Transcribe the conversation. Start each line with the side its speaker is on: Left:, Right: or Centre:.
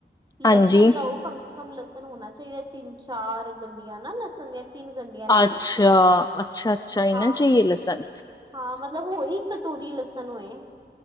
Right: ਲਸਣ
Left: ਹਾਂਜੀ
Right: ਲਓ ਕਮ ਸੇ ਕਮ ਕਮ ਲਸਣ ਹੋਣਾ, ਚਾਹੀਦਾ ਤਿੰਨ ਚਾਰ ਗੰਡੀਆਂ ਨਾ ਲਸਣ ਦੀਆਂ ਤਿੰਨ ਗੰਢੀਆਂ ਲੈਣਾ
Left: ਅੱਛਾ ਅੱਛਾ ਅੱਛਾ ਇਹ
Right: ਹਾਂ
Left: ਨਾ ਚਹੀਏ ਲਸਣ
Right: ਹਾਂ ਮਤਲਬ ਹੋਈ ਕਟੋਰੀ ਲਸਣ! ਤੁਹਾਨੂੰ <unintelligible>